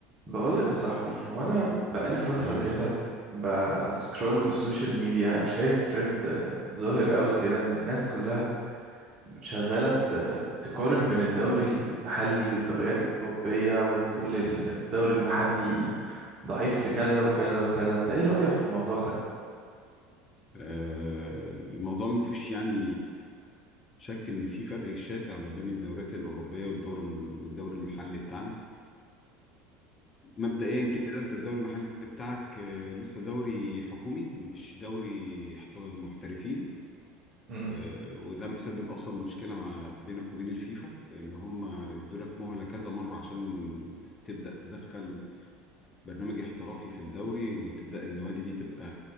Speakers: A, on the right (about 30°); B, on the left (about 25°).
A: بقولك يا صاحبي هو أنا بقالي فترة
B: مم.
A: كده بسكرول في السوشيال ميديا شايف ترند آه، ظاهر قوي كده إن الناس كلها شغالة ت- تقارن بين الدوري المحلي والدوريات الأوروبية وتقول الدوري المحلي ضعيف في كذا وكذا وكذا أنت إيه رأيك في الموضوع ده؟
B: آه، الموضوع ما فيش يعني شك ان في فرق شاسع ما بين الدوريات الاوروبيه والدوري والدوري المحلي بتاعنا مبدئيا كده انت الدوري المحلي بتاعك آه، لسه دوري حكومي مش دوري احتر- محترفين
A: مم.
B: آه، وده مسبب اصلا مشكله ما بينك وبين الفيفا لان هم ادوا لك مهله كذا مره عشان تبدا تدخل برنامج احترافي في الدوري وتبدأ النوادي دي تبقى